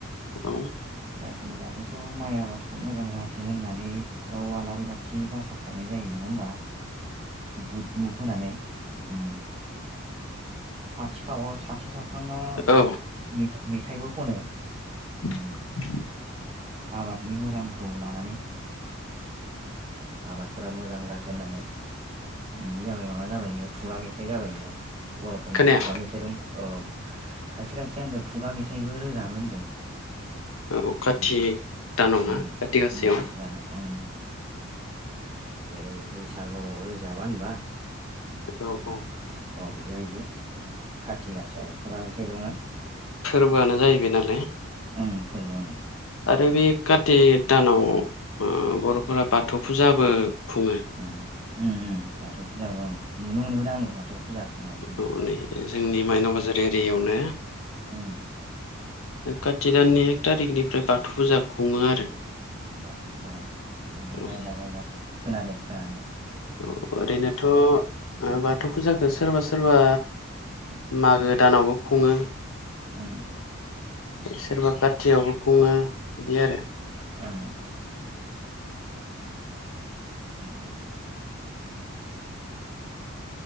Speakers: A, on the left; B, on the right.
A: ओं।
B: खाथि गासानि बागैथ' माइ आबादखौ मोजां जाथों होननानै फोथाराव आलारि बा ओ गासा सावनाय जायो नोङा होनबा? बुद मुग होनानै। ओ साथिखाव साथि सावखांना
A: औ
B: मे-मेथाइबो खनो
A: <inaudible>
B: ओम आबादनि मोजांखौ लानानै आबादफोरा मोजां जाथों होननानै। उम जाबाय माबा जाबाय इयो खुगा मेथाइ जाबाय इयो बर'फोरनाव
A: खोनाया
B: खुगा मेथाइ दं औ खायसे खायसेया होनदों खुगा मेथाइबो रोजाबो होनदों।
A: औ खाथिग
B: उम।
A: दानाव
B: उम
A: ना खाथि गासायाव।
B: उम खाथि दानाव उम। जेरै बैसागु रोजाबा होनबा। उम
A: औ औ
B: उम अ बिदिबायदि उम खाथि गासायाव खुगा मेथाइ दङ।
A: फोरबोआनो जाहैबाय नालाय।
B: उम फोरबो उम।
A: आरो बे कातिक दानाव उम बर'फोरा बाथौ फुजाबो खुङो।
B: उम उम उम बाथौ फुजाबो उम नुनो मोनबोदों आंबो बाथौ फुजा। खुंनायखौ
A: अ नै जोंनि मायनाव बाजार एरियायावनो
B: ओम।
A: खाथि दाननि एक थारिकनिफ्राय बाथौ फुजा खुङो आरो
B: बाथौ फुजा उम आंबो
A: औ
B: जायगा जायगा खोनादों खोनानाया‌।
A: औ ओरैनोथ ओ
B: उम
A: बा थौ फुजाखौ सोरबा सोरबा
B: उम
A: मागो दानावबो खुङो।
B: उम।
A: सोरबा खाथियावबो खुङो बिदि आरो
B: ओं उम